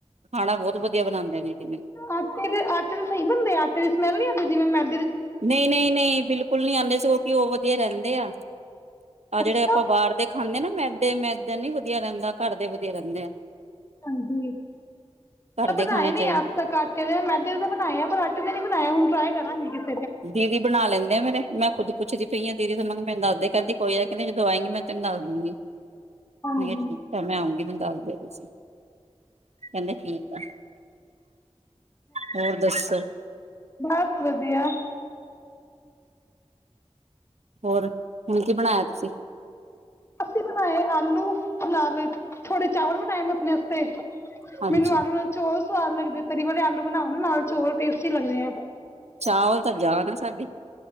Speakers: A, on the right (about 75°); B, on the left (about 25°).
A: ਖਾਣਾ ਬਹੁਤ ਵਧੀਆ ਬਣਾਉਂਦੇ ਸੀ ਜੀ ਮੇਰੇ
B: ਆਟੇ ਦੇ ਆਟੇ ਦੇ ਸਹੀ ਬਣਦੇ ਆ ਆਟੇ ਦੀ ਸਮੈਲ ਨਹੀਂ ਆਉਂਦੀ ਜਿਵੇਂ ਮੈਂ,
A: ਨਹੀਂ, ਨਹੀਂ, ਨਹੀਂ ਬਿਲਕੁਲ ਨਹੀਂ ਆਉਂਦੇ ਸਗੋਂ ਕਿ ਘਿਉ ਵਧੀਆ ਰਹਿੰਦੇ ਆ। ਆਹ, ਜਿਹੜੇਆਪਾਂ
B: ਅੱਛਾ
A: ਬਾਹਰ ਦੇ ਖਾਂਦੇ ਨਾ, ਮੈਦੇ -ਮੈਦੇ। ਬਾਹਰ ਦੇ ਨੀ ਵਧੀਆ ਰਹਿੰਦਾ, ਘਰ ਦੇ ਵਧੀਆ ਰਹਿੰਦੇ ਆ।
B: ਹਾਂਜੀ।
A: ਘਰ
B: ਮੈਂ ਬਣਾਏ
A: ਦੇ ਖਾਣੇ ਚਾਹੀਦੇ
B: ਅੱਜ ਤੱਕ ਆਟੇ ਦੇ, ਮੈਦੇ ਤਾਂ ਬਣਾਏ ਆ, ਪਰ ਆਟੇ ਤੇ ਨੀ ਬਣਾਇਆ ਹੁਣ, ਟ੍ਰਾਈ ਕਰਾਂਗੇ ਕਿਸ ਦਿਨ
A: ਦੀਦੀ ਬਣਾ ਲੈਂਦੇ ਐ ਮੇਰੇ, ਮੈਂ ਖੁਦ ਪੁੱਛਦੀ ਪਈਆਂ ਦੀਦੀ ਹੋਨਾ ਨੂ ਮੈਂਨ ਦੱਸ ਦੇ, ਕੈੰਦੀ ਕੋਈ ਏ ਜਦੋਂ ਆਏਂਗੀ ਨਾ, ਮੈਂ ਤੈਨ ਦੱਸ ਦੂੰਗੀ।
B: ਹਾਂਜੀ
A: ਭਆ ਠੀਕ ਹੈ, ਮੈਂ ਆਉਂਗੀ ਮਿਲ ਦੱਸਦੇ ਤੁਸੀਂ ਕੈੰਦੇ ਠੀਕ ਆ। ਹੋਰ ਦੱਸੋ?
B: ਬਾਸ ਵਧੀਆ।
A: ਹੋਰ ਹੁਣ ਕੀ ਬਣਾਇਆ ਤੂਸੀਂ?
B: ਅਸੀਂ ਬਣਾਏ ਆਲੂ ਨਾਲ, ਥੋੜੇ ਚਾਵਲ ਬਣਾਏ, ਮੈਂ ਅਪਣੇ ਅਸਤੇ।
A: ਹਾਂਜੀ
B: ਮੈਨੂੰ ਆਲੂ ਨਾਲ ਚੋਲ ਸਵਾਦ ਲੱਗਦੇ, ਤਰੀ ਵਾਲੇ ਆਲੂ ਬਣਾਓ ਨਾ ਨਾਲ ਚੋਲ ਟੇਸਟੀ ਲੱਗਦੇ ਐ।
A: ਚਾਵਲ ਤਾਂ ਜਾਨ ਆ ਸਾਡੀੇ,